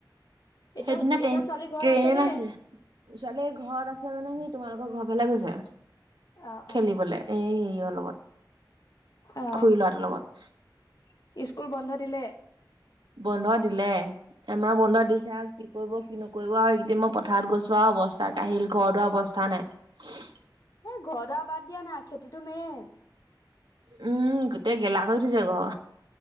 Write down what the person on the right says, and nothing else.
সেইটো ন
টন
ট্ৰেইনে
নাছিলে <unintelligible> ছোৱালীৰ ঘৰত আছে মানে সি তোমালোকৰ ঘৰ ফালে গৈছে
খেলিবলৈ এ হে অল
খুই লৱাটোৰ লগত <unintelligible>
বন্ধ দিলে এমাহ বন্ধ দিছেআ কৰিব কি নকৰিব আৰু এইকেইদিন মই পথাৰত গৈছো আৰু অৱস্থা আহ আহিল ঘৰ দুৱা অৱস্থা নাই <unintelligible>
উম গোটেই গেলা কৰি উঠিছে ঘৰ